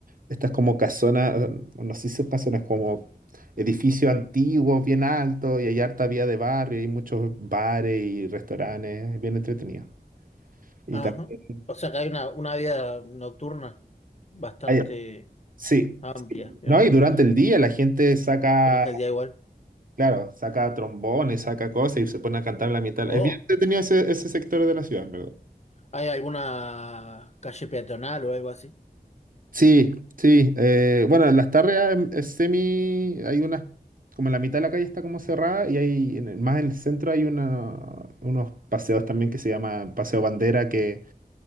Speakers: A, on the right; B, on the left.
A: estas como casonas, eh, no sé si son casonas, como edificios antiguos, bien altos, y hay harta vía de barrio, y hay muchos bares y restaurantes, es bien entretenido. Y
B: Ajá.
A: también
B: O sea que hay una, una vida nocturna bastante
A: hay- sí,
B: amplia, digamos,
A: ¿no? Y durante el día la gente saca,
B: durante el día igual.
A: claro, saca trombones, saca cosas y se pone a cantar en la mitad.
B: Oh,
A: Es bien entretenido ese, ese sector de la ciudad, en verdad.
B: ¿hay alguna calle peatonal o algo así?
A: Sí, sí. eh, bueno, las tarreas em- es semi. Hay unas. Como en la mitad de la calle está como cerrada y hay. en el- más en el centro hay una, unos paseos también que se llama Paseo Bandera, que,